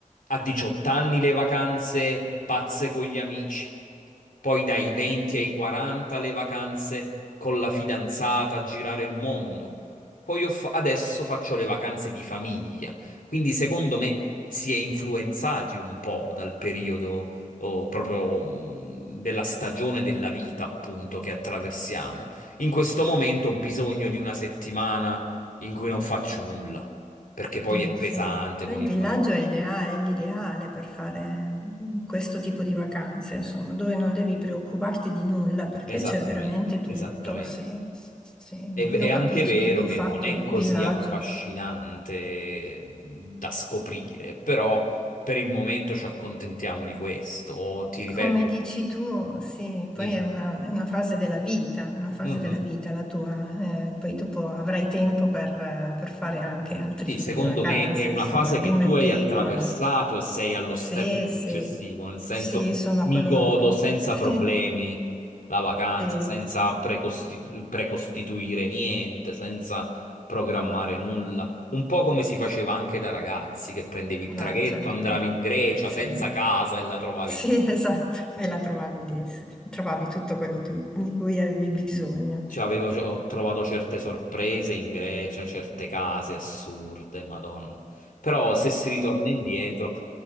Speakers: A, on the left; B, in the centre.
A: a 18 anni le vacanze pazze con gli amici, poi dai 20 ai 40 le vacanze con la fidanzata a girare il mondo, poi ho fa- adesso faccio le vacanze di famiglia, quindi secondo me si è influenzati un po' dal periodo o proprio mh, della stagione della vita, appunto, che attraversiamo. In questo momento ho bisogno di una settimana in cui non faccio nulla, perché poi
B: sì,
A: è pesante
B: sì. Poi
A: con
B: il
A: i
B: villaggio
A: bambini.
B: è ideale- è l'ideale per fare mm, questo tipo di vacanze, insomma, dove non devi preoccuparti di nulla perché
A: Esattamente,
B: c'è veramente
A: esattamente.
B: tutto. Sì, sì, sì.
A: È,
B: io
A: è
B: capisco,
A: anche vero
B: io
A: che
B: ho fatto
A: non è
B: villaggio.
A: così affascinante da scoprire, però per il momento ci accontentiamo di questo. O ti ripeto,
B: Come
A: io-
B: dici tu, sì, poi
A: dimmi.
B: è una, è una fase della vita, una fase
A: Mhm.
B: della vita la tua, eh, poi dopo avrai tempo per, eh, per fare anche altri
A: Sì,
B: tipi
A: secondo
B: di vacanze,
A: me è una
B: insomma,
A: fase
B: la bimba
A: che tu
B: è
A: hai
B: piccola.
A: attraversato e sei allo
B: Sì,
A: step
B: sì,
A: successivo, nel senso
B: sì, sono
A: mi
B: a quello
A: godo
B: dopo.
A: senza
B: <laughs>
A: problemi la vacanza,
B: Sì, sì,
A: senza precosti- precostituire niente, senza programmare nulla. Un po' come si faceva anche da ragazzi, che prendevi il traghetto,
B: ah, certo,
A: andavi in Grecia
B: sì.
A: senza casa e la trovavi
B: Sì,
A: lì.
B: <laughs> esatto, e la trovavi lì, sì. Trovavi tutto quello di, di cui avevi bisogno.
A: Cioè, avevo, ho trovato certe sorprese in Grecia, certe case assurde, Madonna. Però se si ritorna indietro,